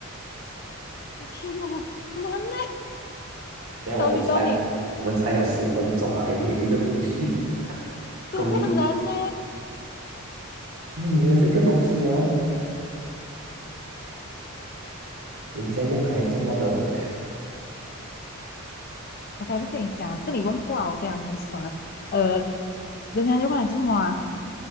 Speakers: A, on the left; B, on the right.
A: 我天哪，难呢！
B: 等下我们猜，
A: 到你到你，
B: 我们猜有十分钟啊，还没有一个头绪，<laughs>
A: 真的很难呢。
B: 够力。看你的这个东西哦，人家用还这么的
A: 我刚刚不是跟你讲，这个你问过啊，我跟你讲很爽啊。呃，人家就问你做么啊？